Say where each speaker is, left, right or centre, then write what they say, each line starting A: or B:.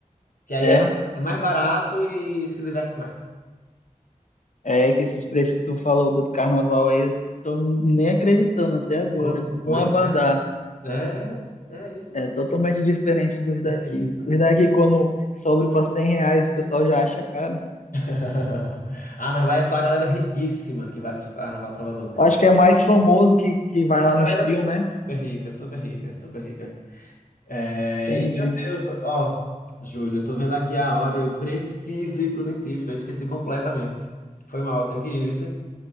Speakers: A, on the left; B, on the left.
A: que aí
B: É,
A: é ba- é mais barato e se diverte mais.
B: é que esses preços que tu falou do Carnaval aí, eu tô nem acreditando até agora.
A: Pô, Pois
B: Um abadá
A: é, né? é, é isso
B: é
A: mesmo.
B: totalmente diferente dos daqui.
A: É isso mesmo.
B: Os daqui, quando sobra para 100 reais, o pessoal já acha caro.
A: <laughs> Ah, mas lá é só a galera riquíssima que vai para o Carnaval de Salvador.
B: Eu Acho que é mais famoso que, que vai
A: É a
B: lá
A: galera
B: nos trio,
A: super
B: né?
A: rica, super rica, super rica. É,
B: Entendi.
A: e meu Deus, ó, Júlio, eu tô vendo aqui a hora e eu preciso ir pro dentista, eu esqueci completamente. Foi mal, tenho que ir, viu? cê?